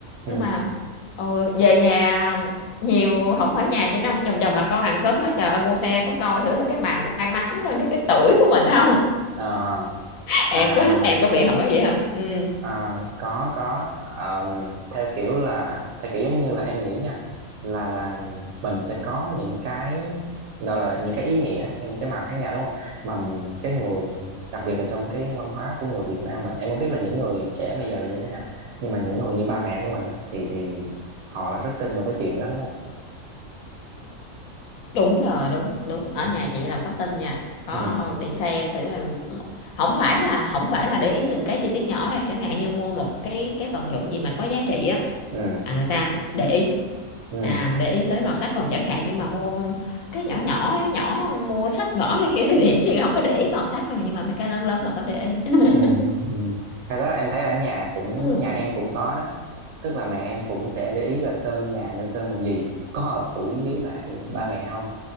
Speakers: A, on the right (about 80°); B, on the left (about 80°).
A: ừ
B: nhưng mà ờ, về nhà nhiều không phải nhà chị đâu vòng vòng bà con hàng xóm nói trời ơi mua xe có coi thử là cái màu nó may mắn so với cái tuổi của mình không
A: Ờ.
B: <laughs>
A: à
B: em có em có bị hỏi vậy không ừ
A: À, có có Ờm, theo kiểu là theo kiểu giống như là em nghĩ nha là là mình sẽ có những cái đó là những cái ý nghĩa cho những cái màu khác nhau đúng không mà m- cái người đặc biệt là trong cái văn hóa của người Việt Nam mình em không biết là những người trẻ bây giờ thì như thế nào nhưng mà những người như ba mẹ của mình á, thì thì họ là rất tin vào cái chuyện đó đúng không
B: đúng rồi đúng đúng ở
A: ừ
B: nhà chị là có tin nha có
A: ừ
B: đi xem thử là- không phải là không phải là để ý từng cái chi tiết nhỏ đâu chẳng hạn như mua một cái cái vật dụng gì mà có giá trị á
A: ừ,
B: là người ta để ý
A: ừ.
B: à để ý tới màu sắc còn chẳng hạn như mà mua cái nhỏ nhỏ nhỏ mua sách vở này kia thì hiển nhiên là không có để ý màu sắc rồi nhưng mà mấy cái lớn lớn là có để ý <laughs>
A: Ừ, ừ. Cái đó em thấy ở nhà cũng
B: Ừ.
A: nhà em cũng có đó tức là mẹ em cũng sẽ để ý là sơn nhà nên sơn màu gì có hợp tuổi với lại ba mẹ không